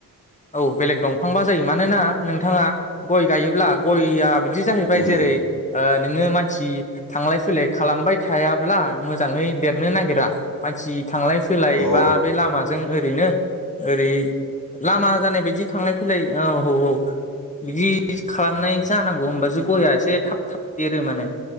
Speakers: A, on the left (about 20°); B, on the left (about 80°).
A: औ बेलेग दंफांबा जायो मानोना नोंथाङा गय गायोब्ला गयआ बिदि जाहैबाय
B: उम
A: जेरै ओ नोङो मानसि थांलाय फैलाय खालामबाय थायाब्ला मोजाङै देरनो नागिरा मानसि थांलाय फैलाय
B: अ
A: बा बे लामाजों ओरैनो ओरै लामा जानाय बायदि थांलाय फैलाय औ औ औ बिदि दि खालामनाय
B: अ
A: जानांगौ होमबासो गया एसे थाब थाब देरो माने।